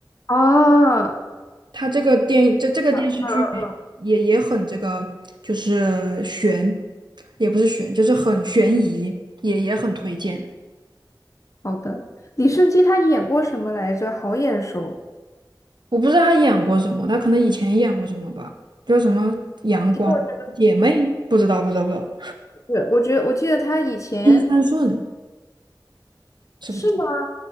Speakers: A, on the left; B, on the right.
A: 啊，嗯嗯
B: 他这个电这这个电视剧也也也很这个，
A: 嗯
B: 就是悬，也不是悬，就是很悬疑，也也很推荐。
A: 好的，李胜基他演过什么来着？好眼熟。
B: 我不知道他演过什么，他可能以前演过什么吧，叫什么《阳光姐妹》，
A: 其实我觉得
B: 不知道，不知道，不知道，
A: 是，我觉得我记得他以前
B: 《金三顺》是不是他？
A: 是吗？